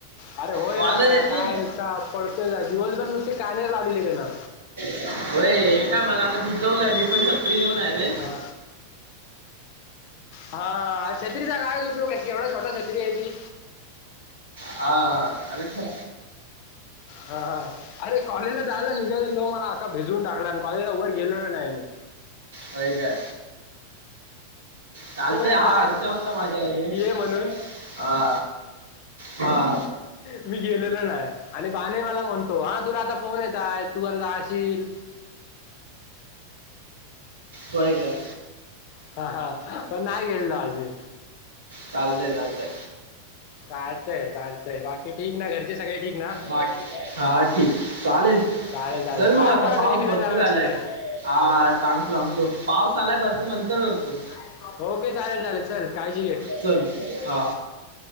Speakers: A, on the left; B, on the right.
A: अरे होय
B: कॉलर
A: ना
B: येतो
A: काय नुसता पडतोय ना दिवसभर नुसते कानेर लावलेले हाय त्यानं
B: व्हय हे काय मला आता भिजवलंय मी पण छत्री घेऊन आहे रे.
A: हा. हा छत्रीचा कायच उपयोग आहे केवढा छोटा छत्री आहे ती
B: हा अबे छ
A: हा अरे कॉलेजला जायला निघालेलो मला आख्खा भिजवून टाकला आणि कॉलेजला वर गेलेलो नाही मी.
B: व्हय काय. चालतय
A: फोन येत
B: हा
A: आहेत
B: हर्षा होता माझ्याबरोबर रे
A: ये म्हणून
B: हा हा.
A: मी गेलेलो नाही आणि बाने मला म्हणतो हा तुला आता फोन येताहेत तू आता जाशील.
B: होय काय.
A: हा हा पण नाही गेलेलो आज मी.
B: चालतय चालतय.
A: चालतंय चालतय बाकी. ठीक ना घरचे सगळे ठीक ना
B: बा हा ठीक चालेल.
A: चालेल चालेल
B: चल
A: सांग
B: मग आता
A: मला कधी
B: पाऊस
A: फिरायला
B: भरपूर
A: जाणार असेल
B: आलाय.
A: तर
B: हा सांगतो सांगतो पाऊस
A: हा,
B: आलाय भरपूर
A: चा-
B: नंतर करतो.
A: ओके चालेल चालेल चल काळजी घे.
B: चल हा